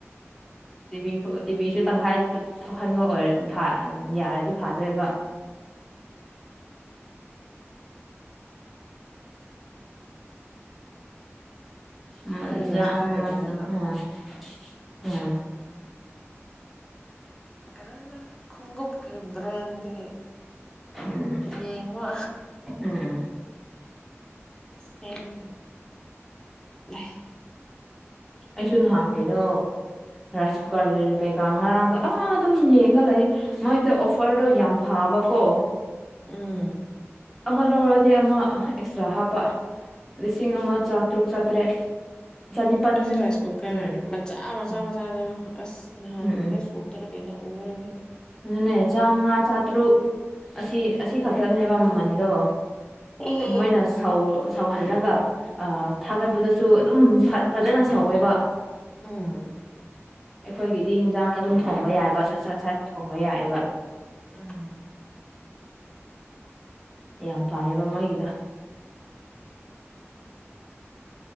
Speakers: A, in the centre; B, on the left.
A: ꯇꯤꯕꯤ ꯇꯤꯕꯤꯁꯨ ꯇꯪꯈꯥꯏ ꯊꯣꯛꯍꯟꯕ ꯑꯣꯏꯔ ꯌꯥꯔꯗꯤ ꯐꯥꯗꯣꯏꯕ <inaudible>
B: ꯑꯩ ꯉꯁꯥꯏ ꯀꯩꯅꯣ ꯀꯩꯅꯩꯅꯣꯗ <inaudible> ꯈꯣꯡꯎꯞꯀꯤ ꯕ꯭ꯔꯦꯟꯒꯤ
A: ꯎꯝ
B: ꯌꯦꯡꯕ
A: ꯎꯝ ꯎꯝ
B: ꯁ ꯀ <inaudible>
A: ꯑꯩꯁꯨ ꯅꯍꯥꯛ ꯀꯩꯅꯣ ꯔꯥꯏꯁ ꯀꯨꯀꯔꯁꯤꯁꯨ ꯀꯩꯀꯥ ꯉꯔꯥꯡꯗꯣ ꯑꯥ ꯑꯗꯨꯝ ꯌꯦꯡꯒ ꯂꯩ ꯃꯣꯏꯗꯣ ꯑꯣꯐꯔꯗꯣ ꯌꯥꯝ ꯐꯥꯕꯀꯣ
B: ꯎꯝ
A: ꯑꯃ ꯂꯧꯔꯗꯤ ꯑꯃ ꯑꯦꯛꯁꯇ꯭ꯔꯥ ꯍꯥꯞꯄ ꯂꯤꯁꯤꯡ ꯑꯃ ꯆꯥꯇꯔꯨꯛ ꯆꯥꯇ꯭ꯔꯦꯠ ꯆꯅꯤꯄꯜ
B: ꯑꯩꯁꯦ ꯔꯥꯏꯁ ꯀꯨꯀꯔ
A: ꯎꯝ
B: ꯃꯆꯥ ꯃꯆꯥ
A: ꯎꯝ
B: ꯃꯆꯥꯗꯣ ꯑꯁ ꯅꯍꯥꯟ
A: ꯎꯝ ꯎꯝ
B: ꯐꯦꯁꯕꯨꯛꯇꯔ ꯀꯩꯩꯅꯣ ꯎꯀꯔꯦ
A: ꯑꯗꯨꯅꯦ ꯆꯃꯉꯥ ꯆ ꯇ꯭ꯔꯨꯛ ꯑꯁꯤ ꯑꯁꯤꯈꯛꯇꯅꯦꯕ ꯃꯃꯟꯗꯣ
B: ꯎꯝ
A: ꯃꯣꯏꯅ ꯁꯧ ꯁꯧꯍꯜꯂꯒ ꯊꯥꯒꯠꯄꯗꯁꯨ ꯑꯗꯨꯝ ꯐꯖꯅ ꯁꯧꯋꯦꯕ
B: ꯎꯝ
A: ꯑꯩꯈꯣꯏꯒꯤꯗꯤ ꯍꯤꯟꯖꯥꯡ ꯑꯗꯨꯝ ꯊꯣꯡꯕ ꯌꯥꯏꯕ ꯁꯠ ꯁꯠ ꯁꯠ ꯊꯣꯡꯕ ꯌꯥꯏꯑꯕ
B: ꯎꯝ
A: ꯌꯥꯝ ꯐꯥꯏꯌꯦꯕ ꯃꯣꯏꯒꯤꯗꯣ